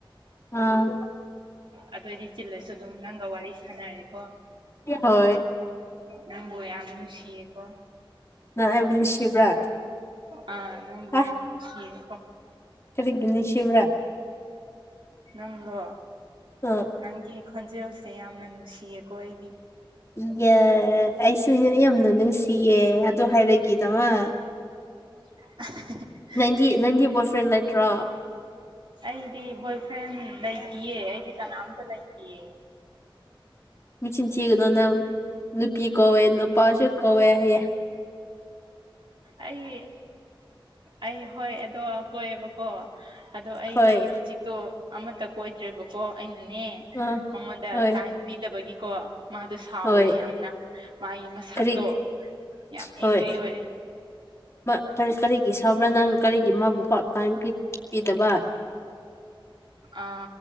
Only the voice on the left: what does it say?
ꯑꯥ
ꯍꯣꯏ
ꯅꯪ ꯑꯩꯕꯨ ꯅꯨꯡꯁꯤꯕ꯭ꯔꯥ
ꯍꯥ
ꯀꯔꯤꯒꯤ ꯅꯨꯡꯁꯤꯕ꯭ꯔ
ꯑ
ꯏꯌꯥ ꯑꯩꯁꯨ ꯅꯪ ꯌꯥꯝꯅ ꯅꯨꯡꯁꯤꯌꯦ ꯑꯗꯨ ꯍꯥꯏꯔꯛꯒꯤꯗꯃꯛ
ꯅꯪꯗꯤ ꯅꯪꯗꯤ ꯕꯣꯏ ꯐ꯭ꯔꯦꯟ ꯂꯩꯇ꯭ꯔꯣ
ꯃꯆꯤꯟ ꯊꯤꯒꯅꯨ ꯅꯪ ꯅꯨꯄꯤ ꯀꯧꯋꯦ ꯅꯨꯄꯥꯁꯨ ꯀꯧꯋꯦ ꯍꯥꯏꯌꯦ
ꯍꯣꯏ
ꯑꯥ
ꯍꯣꯏ
ꯍꯣꯏ
ꯀꯔꯤ
ꯍꯣꯏ
ꯃꯥ ꯀ ꯀꯔꯤꯒꯤ ꯁꯥꯎꯕ꯭ꯔꯥ ꯅꯪ ꯀꯔꯤꯒꯤ ꯃꯥꯕꯨ ꯄꯥꯠ ꯇꯥꯏꯝ ꯄꯤ ꯄꯤꯗꯕ